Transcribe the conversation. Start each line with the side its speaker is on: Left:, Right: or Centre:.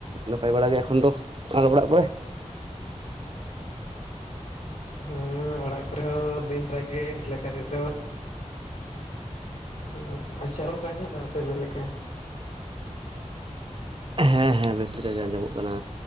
Right: ᱱᱟᱯᱟᱭ ᱵᱟᱲᱟ ᱜᱮ ᱮᱠᱷᱚᱱ ᱫᱚ, ᱟᱨ ᱚᱲᱟᱜ ᱠᱚ ᱨᱮ᱾
Left: ᱦᱮᱸ ᱚᱲᱟᱜ ᱠᱚ ᱨᱮ ᱦᱚᱸ ᱵᱮᱥ ᱵᱟᱲᱟ ᱜᱮ ᱱᱤᱛ ᱞᱮᱠᱟᱛᱮᱫ ᱫᱚ᱾ ᱚ ᱟᱪᱪᱷᱟ ᱨᱚᱲ ᱠᱚ ᱟᱸᱡᱚᱢᱚᱜ ᱠᱟᱱᱟ ᱥᱮ ᱵᱮᱥ ᱞᱮᱠᱟ᱾
Right: ᱦᱮᱸ ᱦᱮᱸ ᱵᱮᱥ ᱞᱮᱠᱟ ᱜᱮ ᱟᱸᱡᱚ ᱢᱚᱜ ᱠᱟᱱᱟ᱾